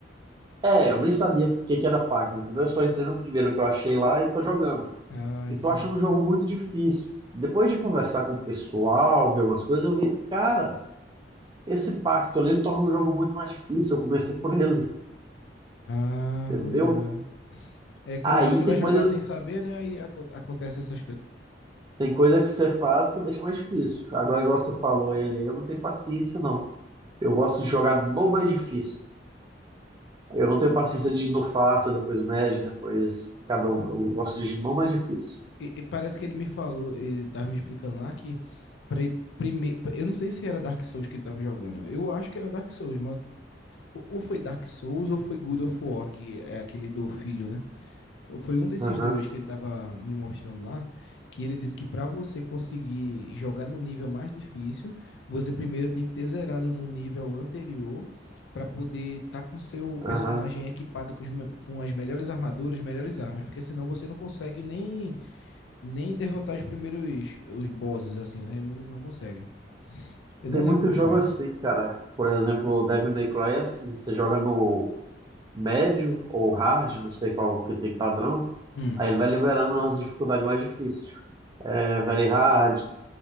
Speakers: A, on the right; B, on the left.
A: É, eu nem sabia o que que era pacto, entendeu? Eu só entrei no primeiro que eu achei lá e tô jogando.
B: Ah,
A: E
B: entendi.
A: tô achando o jogo muito difícil. Depois de conversar com o pessoal, ver umas coisas, eu vi, cara. Esse pacto ali, ele torna o jogo muito mais difícil. Eu comecei por ele,
B: Ah,
A: entendeu?
B: tô ligado. É, quando
A: Aí
B: você
A: tem
B: vai jogar
A: coisa,
B: sem saber, né, aí aco- acontece essas coisas.
A: tem coisa que você faz que deixa mais difícil. Agora, igual você falou, ele, eu não tenho paciência, não. Eu gosto de jogar no mais difícil. Eu não tenho paciência de ir no fácil, depois médio, depois cada um. Eu gosto de ir no mais difícil.
B: E, e parece que ele me falou, ele tava me explicando lá que pra ir primeiro, eu não sei se era Dark Souls que ele tava jogando. Eu acho que era Dark Souls, mas ou ou foi Dark Souls ou foi God of War, que é aquele do filho, né? foi um desses
A: Aham,
B: dois que ele estava me mostrando lá, que ele disse que para você conseguir jogar no nível mais difícil, você primeiro tem que ter zerado no nível anterior para poder estar com seu
A: aham.
B: personagem equipado com, os me- com as melhores armaduras, melhores armas, porque senão você não consegue nem, nem derrotar os primeiros os bosses assim, né? Ele não, não consegue. Eu
A: Tem
B: não
A: muito
B: lembro qual
A: jogo
B: foi.
A: assim, cara. Por exemplo, o Devil May Cry é assim. Você joga no médio ou hard, não sei qual que tem padrão.
B: Hum.
A: Aí ele vai liberando umas dificuldades mais difíceis. é, Very Hard,